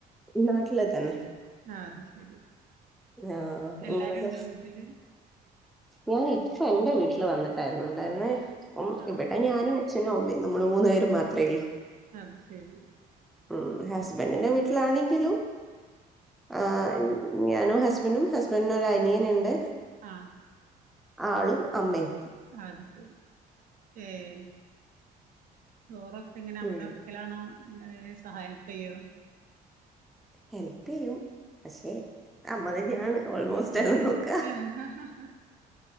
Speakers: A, in the centre; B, on the right.
A: നാട്ടില് തന്നെ
B: ആഹ് അത് ശരി
A: ആഹ് നിങ്ങളൊക്കെ
B: എല്ലാരുണ്ടോ വീട്ട്ല്?
A: ഞാൻ ഇപ്പ എന്റെ വീട്ടിൽ വന്നിട്ടായിരുന്നു ഇണ്ടായിരുന്നേ.
B: ആഹ്
A: ഇവടെ ഞാനും അച്ഛനും അമ്മേം നമ്മൾ മൂന്നു പേര് മാത്രേയുള്ളൂ.
B: അത് ശെരി
A: ഉം ഹസ്ബന്റിന്റെ വീട്ടിലാണെങ്കിലും ആഹ് എൻ ഞാനും ഹസ്ബൻഡും ഹസ്ബൻഡിന് ഒരു അനിയന്ണ്ട്.
B: ആഹ്
A: ആളും അമ്മേം
B: അത് ശെരി ഏഹ് ചോറൊക്കെ എങ്ങനെ അമ്മ
A: ഉം
B: വെക്കലാണോ നിങ്ങ സഹായ് ഹെൽപ് യ്യോ?
A: ഹെൽപ്പ് യ്യും പക്ഷെ അമ്മ തന്നെയാണ്. ഓൾമോസ്റ്റ്
B: ആഹ്
A: എല്ലാം നോക്ക
B: ആഹ്